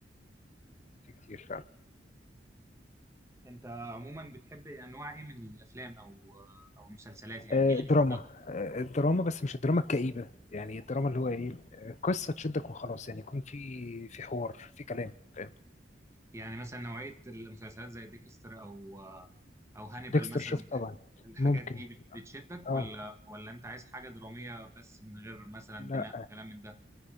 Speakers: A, on the left (about 40°); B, on the right (about 15°).
A: في كتير فعلا
B: أنت عموما بتحب أنواع إيه من الأفلام أو آه، أو المسلسلات يعني
A: آه
B: إيه اللي بيشدك
A: دراما
B: أكتر؟
A: آه الدراما بس مش الدراما الكئيبه يعني الدراما اللي هو ايه آه، قصه تشدك وخلاص يعني يكون في في حوار في كلام فاهم
B: يعني مثلا نوعية المسلسلات زي ديكستر أو أو هانيبال
A: ديكستر
B: مثلا
A: شفت طبعا
B: الحاجات
A: ممكن
B: دي بت- بتشدك ولا
A: اه
B: ولا أنت عايز حاجة درامية بس من غير مثلا
A: لا
B: دماء وكلام من ده؟